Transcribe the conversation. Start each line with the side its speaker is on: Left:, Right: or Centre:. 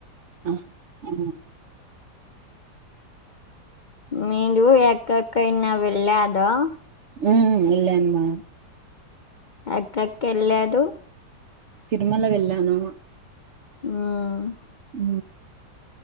Right: ఆహా ఆ
Left: మీరు ఎక్కడికైనా వెళ్ళారా
Right: ఉ వెళ్ళానమ్మ
Left: ఎక్కకి వెళ్ళారు
Right: తిరుమల వెళ్ళాను
Left: ఆ
Right: అ